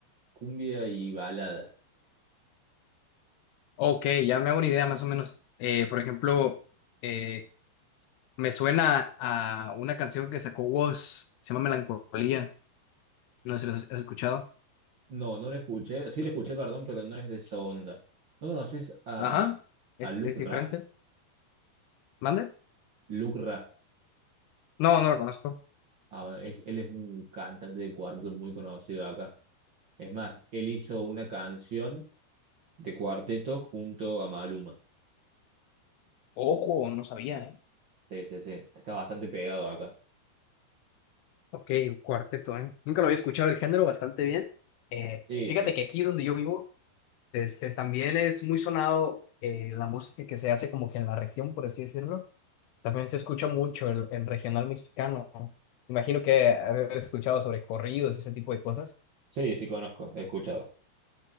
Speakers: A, on the right; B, on the left.
A: cumbia y balada.
B: Ok, ya me hago una idea más o menos. Eh, por ejemplo, eh, me suena a una canción que sacó Woz, se llama Melancolía, no sé si lo has has escuchado.
A: No, no le escuché. Sí le escuché, perdón, pero no es de esa onda. ¿No conoces a,
B: Ajá, es,
A: a Luc
B: es
A: Ra?
B: diferente. ¿Mande?
A: Luc Ra.
B: No, no lo conozco.
A: Ah, es- él es un cantante de cuarteto muy conocido acá. Es más, él hizo una canción de cuarteto junto a Maluma.
B: Ojo, no sabía, ¿eh?
A: Sí, sí, sí. Está bastante pegado acá.
B: Ok, un cuarteto, ¿eh? Nunca lo había escuchado el género bastante bien. Eh,
A: Sí,
B: fíjate
A: sí.
B: que aquí donde yo vivo, este, también es muy sonado eh, la música que se hace como que en la región, por así decirlo. También se escucha mucho el, el regional mexicano. Imagino que haber escuchado sobre corridos, ese tipo de cosas.
A: Sí, sí, conozco. He escuchado.